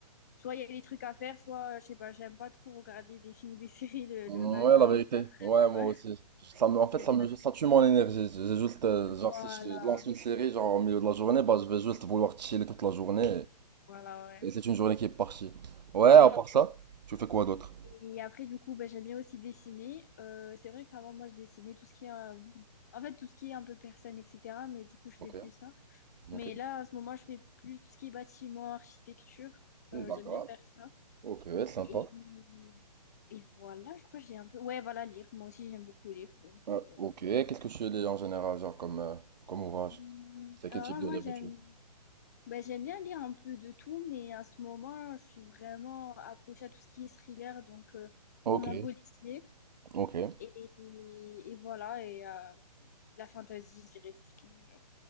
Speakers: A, on the left; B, on the right.
A: Soit il y a des trucs à faire, soit, euh, je sais pas, j'aime pas trop regarder des films ou des <laughs> séries le,
B: Ouais,
A: le matin
B: la vérité.
A: ou l'après-midi.
B: Ouais, moi aussi.
A: <laughs>
B: Ça me, en
A: C'est
B: fait, ça
A: pas...
B: me, ça tue mon énergie. J'ai juste, euh,
A: Voilà,
B: genre, si je lance une série, genre, au milieu de la journée, bah, je vais juste vouloir chiller toute la journée.
A: voilà, ouais.
B: Et, et c'est une journée qui est partie. Ouais, à
A: Mm.
B: part ça, tu fais quoi d'autre?
A: Et après, du coup, bah, j'aime bien aussi dessiner. Euh, c'est vrai qu'avant, moi, je dessinais tout ce qui est... euh, En fait, tout ce qui est un peu personne, etc. Mais du coup, je
B: Ok,
A: fais plus ça.
B: ok.
A: Mais là, à ce moment, je fais plus tout ce qui est bâtiment, architecture. Euh,
B: D'accord.
A: j'aime bien faire ça.
B: Ok, sympa.
A: Et... Et voilà, je crois que j'ai un peu... Ouais, voilà, lire. Moi aussi, j'aime beaucoup lire. Donc,
B: Euh,
A: euh,
B: ok, qu'est-ce que tu lis en général, genre, comme, euh, comme ouvrage?
A: hum,
B: C'est
A: Alors
B: quel type
A: là,
B: de
A: moi,
B: livre
A: j'aime...
B: tu lis?
A: Ben, j'aime bien lire un peu de tout, mais en ce moment, je suis vraiment accrochée à tout ce qui est thriller, donc euh,
B: Ok,
A: roman policier.
B: ok.
A: Et, et, et voilà, et euh, la fantasy, je dirais tout ce qui est... euh,